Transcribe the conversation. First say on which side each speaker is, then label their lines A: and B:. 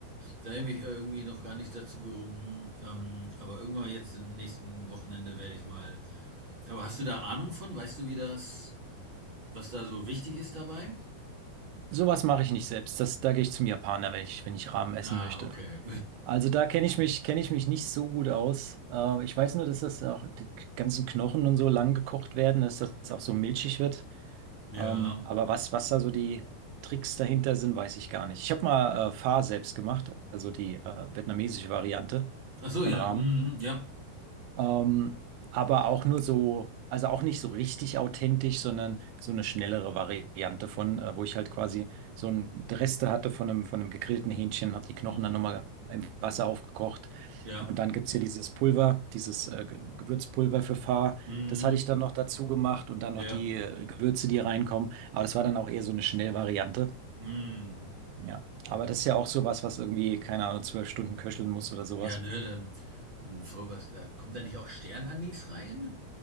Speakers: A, on the right; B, on the right.
A: da habe ich mich irgendwie noch gar nicht dazu gerungen. Ähm, aber irgendwann jetzt im nächsten Wochenende werde ich mal. Aber hast du da Ahnung von? Weißt du, wie das, was da so wichtig ist dabei?
B: Sowas mache ich nicht selbst. Das, da gehe ich zum Japaner, wenn ich, wenn ich Ramen essen
A: Ah,
B: möchte.
A: okay.
B: Also da kenne ich mich, kenne ich mich nicht so gut aus. Äh, ich weiß nur, dass das auch die ganzen Knochen und so lang gekocht werden, dass das auch so milchig wird.
A: <laughs> ja.
B: Ähm, aber was, was da so die Tricks dahinter sind, weiß ich gar nicht. Ich habe mal äh, Pho selbst gemacht, also die äh, vietnamesische Variante
A: Ach so,
B: von
A: ja,
B: Ramen.
A: mhm, ja.
B: Ähm, aber auch nur so, also auch nicht so richtig authentisch, sondern so eine schnellere Variante von, äh, wo ich halt quasi so ein Reste hatte von einem, von einem gegrillten Hähnchen, habe die Knochen
A: Mhm,
B: dann nochmal im Wasser aufgekocht.
A: ja.
B: Und dann gibt's hier dieses Pulver, dieses äh, Ge- Gewürzpulver für Pfarr.
A: Mhm,
B: Das hatte ich dann noch dazu gemacht und dann
A: ja.
B: noch die äh, Gewürze, die reinkommen. Aber das war dann auch eher so eine Schnellvariante.
A: Mhm.
B: Ja, aber das ist ja auch sowas, was irgendwie, keine Ahnung, zwölf Stunden köcheln muss oder sowas.
A: Ja, ne, dann und vor was da kommt da nicht auch Sternanis rein?